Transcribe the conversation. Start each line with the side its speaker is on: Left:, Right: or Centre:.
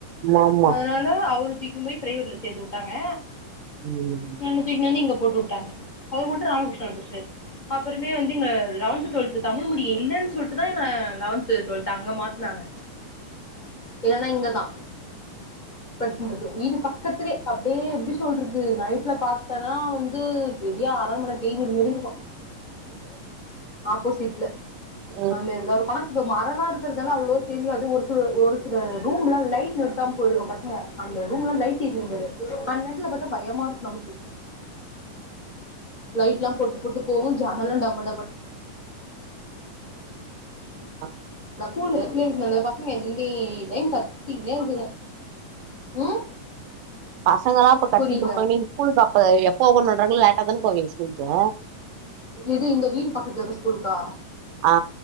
Right: ஆமா
Left: அதனால
Right: ஆமா
Left: அவுருதிக்கும் போய் ப்ரைவேட்ல சேத்து வுட்டாங்க
Right: ம்
Left: என்ன தூக்கினு வந்து இங்க போட்டு விட்டாங்க அவரு மட்டு ராமகிருஷ்னால படிச்சாரு அப்புறமே வந்து இங்க லெவன்த் டுவெல்த்து தமிழ் மீடிய இல்லன்னு சொல்ட்டுதா என்ன லெவன்த் டுவெல்த் அங்க மாத்துனாங்க இல்லனா இங்கதா படிச்சிருந்துப்பே வீடு பக்கத்துலே அப்டியே எப்டி சொல்றது நைட்ல பாத்தேனா வந்து பெரிய அரண்மன பேய் விடு மாரி இருக்கு ஆப்போசிட்ல
Right: ம்.
Left: அதுமேரிதா இருக்கு அனா இப்ப மரல்லா இருக்கு இருக்கறதுலா அவ்ளோ தெரியாது ஒரு சில ஒரு ரூம்ல லைட் நிறுத்தாம போயிடுங்க பசங்க அந்த ரூம்ல லையிட் எறியும் பாரு அந்த நேரத்துல பாத்தா பயமா நம்க்கு லைட்லா போட்டு போட்டு போவு ஜன்னெல்லா டம டமனு
Right: ஆ
Left: <unintelligible> பசங்க எந்தி டைம் கத் திக்குனே இருக்குக ம்
Right: பசங்களா இப்ப கத்திட்டு
Left: புரில
Right: இருப்பாங்க நீ ஸ்கூலுக்கு அப்ப எப்போ ஓப்பன் பண்ணுன்றாங்கள லேட்டாதானே போவீங்க ஸ்கூலுக்கு
Left: எது இங்க வீட்டு பக்கத்துல இருக்க ஸ்கூலுக்கா
Right: ஆ